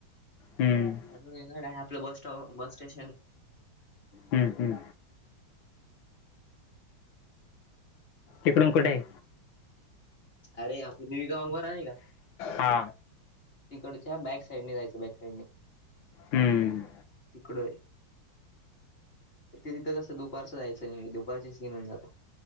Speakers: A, on the left (about 75°); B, on the left (about 30°).
A: हं
B: म्हणून एगड आहे आपलं बस स्टॉप, बस स्टेशन
A: हं, हं इकडून कुठे आहे?
B: अरे आपली देवी का <unintelligible> वकवारने का?
A: हा
B: तिकडच्या बॅक साईडने जायचं, बॅक साईडने.
A: हम्म
B: तिकडय. तिथं कसं दुपारचं जायचं दुपारची सीन जात.